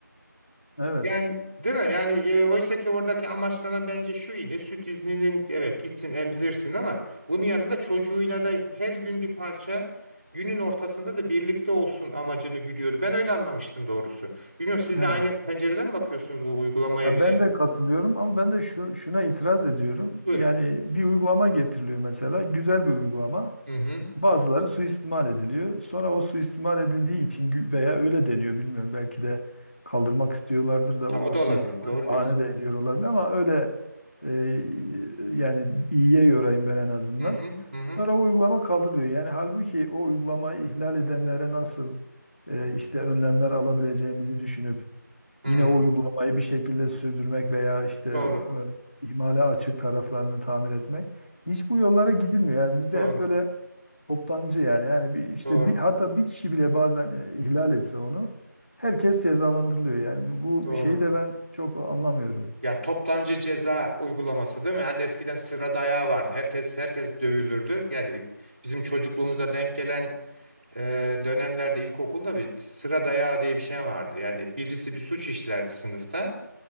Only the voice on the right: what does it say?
Yani değil mi? Yani e, oysa ki oradaki amaçlanan bence şu idi. Süt izninin evet gitsin emzirsin ama bunun yanında çocuğuyla da her gün bir parça günün ortasında da birlikte olsun amacını güdüyordu. Ben öyle anlamıştım doğrusu. Bilmiyorum siz
de aynı pencereden mi bakıyorsunuz bu uygulamaya
ve
buyurun.
Hı hı.
Ha,
o da
olabilir. Doğru
diyorsun.
Hı hı. Hı hı.
Hı.
Doğru.
Doğru.
Doğru.
Doğru.
Yani toptancı ceza uygulaması değil mi? Hani eskiden sıra dayağı vardı. Herkes herkes dövülürdü. Yani bizim çocukluğumuza denk gelen e, dönemlerde ilkokulda bir sıra dayağı diye bir şey vardı. Yani birisi bir suç işlerdi sınıfta.